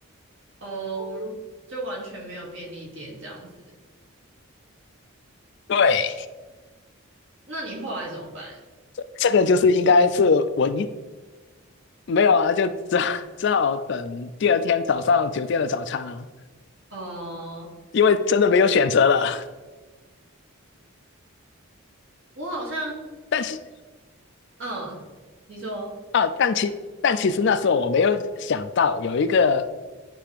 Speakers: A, on the right (about 60°); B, on the left (about 55°).
A: 哦，就完全没有便利店这样子。
B: 对，
A: 那你后来怎么办？
B: 这个就是应该是我一没有啊，就只好只好等第二天早上酒店的早餐啊，
A: 哦、
B: 因为真的没有选择了。
A: 我好像，
B: 但其
A: 嗯，你说。
B: 啊，但其但其实那时候我没有想到有一个